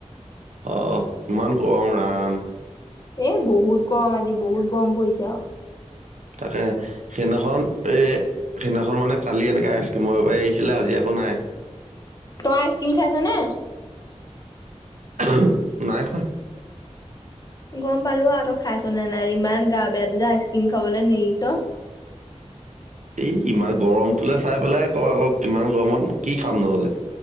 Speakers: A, on the right; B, on the left.
A: আহ, ইমান গৰম ৰাম।
B: এ বহুত গৰম আজি, বহুত গৰম পৰিছে আৰু।
A: তাকে, সেইদিনাখন এই সেইদিনাখন মানে কালি এনেকে আইচক্ৰীমৰ আহিছিলে আজি আকৌ নাই।
B: তোমাৰ আইচকিম খাইছ নে?
A: <unintelligible> নাই খোৱা।
B: গম পালো আৰু, তই খাইছ নে নাই, ইমান গা বেয়া ত' যে আইচক্ৰীম খাবলৈ নেৰিছ।
A: এই ইমান গৰমটোলৈ চাই পেলাই ক' আকৌ কিমান গৰমত কি খাম নহ'লে।